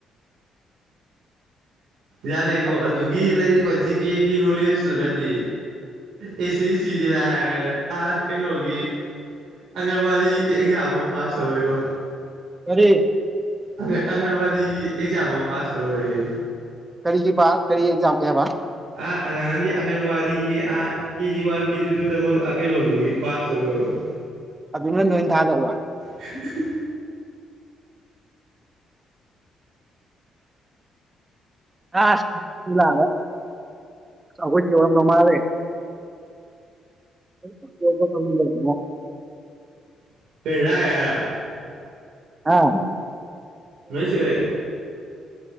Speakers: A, on the right (about 80°); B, on the right (about 20°).
A: ꯌꯥꯔꯦꯀꯣ
B: ꯑꯁ
A: ꯑꯗꯨꯒꯤ ꯂꯩꯔꯤꯕ ꯖꯤ ꯀꯦꯒꯤ ꯅꯣꯂꯦꯖ ꯅꯗꯤ ꯑꯦꯁꯤ ꯁꯤꯗꯤꯤ ꯂꯒꯩꯅ ꯑ ꯀꯩꯅꯣꯒꯤ ꯑꯪꯒꯟꯋꯥꯗꯤ ꯑꯦꯛꯖꯥꯝ ꯑꯃ ꯄꯥꯁ ꯇꯧꯔꯦꯀꯣ
B: ꯀꯔꯤ
A: ꯑ ꯑꯪꯒꯟꯋꯥꯗꯤꯒꯤ ꯑꯦꯛꯖꯥꯝ ꯑꯃ ꯄꯥꯁ ꯇꯧꯔꯦ ꯑꯩ
B: ꯀꯔꯤꯒꯤ ꯄ ꯀꯔꯤ ꯑꯦꯛꯖꯥꯝ ꯀ ꯍꯥꯏꯦꯕ
A: ꯑꯥ ꯑꯉꯥꯡꯒꯤ ꯑꯪꯒꯟꯋꯥꯗꯤꯒꯤ ꯑꯥ ꯀꯦꯖꯤ ꯋꯥꯟ ꯀꯦꯖꯤ ꯇꯨ ꯇ ꯀꯩꯅꯣꯗꯨꯒꯤ ꯄꯥꯁ ꯇꯧꯔꯣꯏꯕ
B: ꯑꯗꯨꯅ ꯅꫭꯏꯟ ꯊꯥꯗꯧꯕ꯫
A: ꯫
B: ꯑꯁ ꯊꯤꯜꯂꯔꫭꯏ꯫ ꯑꯈꫭꯏ ꯆ‌ꯦ ꯑꫭꯏꯔꯝꯗꯧ ꯃꯥꯜꯂꯤ꯫ <unintelligible>
A: <unintelligible>
B: <unintelligible>
A: ꯅꯣꯏ ꯆꯦ ꯍꯣꯏ